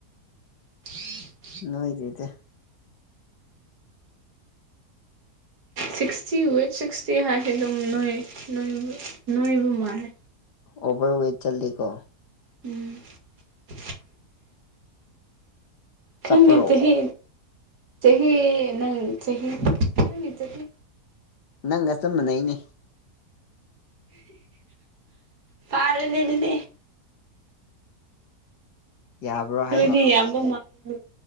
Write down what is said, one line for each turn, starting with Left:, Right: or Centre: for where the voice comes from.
Right: <inaudible>
Left: ꯅꯣꯏꯗꯦꯗ
Right: ꯁꯤꯛꯁꯇꯤ ꯋꯤꯠ ꯁꯤꯛꯁꯇꯤ ꯍꯥꯏꯁꯤ ꯑꯗꯨꯝ ꯅꯣꯏ ꯅꯣꯏꯕ ꯅꯣꯏꯕꯨ ꯃꯥꯜꯂꯦ
Left: ꯑꯣꯚꯔ ꯋꯦꯠ ꯆꯠꯂꯤꯀꯣ
Right: ꯎꯝ <inaudible> <inaudible>
Left: ꯆꯠꯄ꯭ꯔꯣ
Right: ꯆꯍꯤ ꯆꯍꯤ ꯅꯪ ꯆꯍꯤ ꯅꯪꯒꯤ ꯆꯍꯤ
Left: ꯅꯪꯒ ꯆꯞ ꯃꯥꯟꯅꯩꯅꯦ
Right: ꯐꯥꯔꯅꯤ ꯗꯨꯗꯤ
Left: ꯌꯥꯕ꯭ꯔꯣ
Right: ꯑꯗꯨꯗꯤ
Left: ꯍꯥꯏꯕ
Right: ꯌꯥꯝꯕ ꯃꯥꯜꯂꯤ